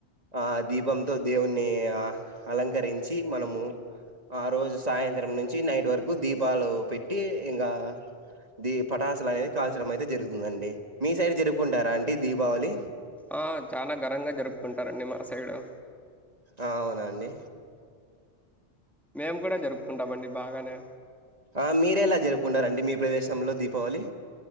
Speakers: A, on the right; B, in the centre.
A: ఆ దీపంతో దేవుణి ఆ అలంకరించి మనము ఆ రోజు సాయంత్రం నుంచి నైట్ వరకు దీప్ దీపాలు పెట్టి ఇంగా దీ పటాసలు అనేది కాల్చడం అయితే జరుగుతుందండి. మీ సైడ్ జరుపుకుంటారా అంటడి దీపావళి?
B: ఆ చానా ఘనంగా జరుపుకుంటారండి మా సైడు
A: అవునాండి
B: మేము కూడా జరుపుకుంటామండి బాగానే
A: ఆ మీర్ ఎలా జరుపుకుంటారంండి మీ ప్రదేశంలో దీపావళి?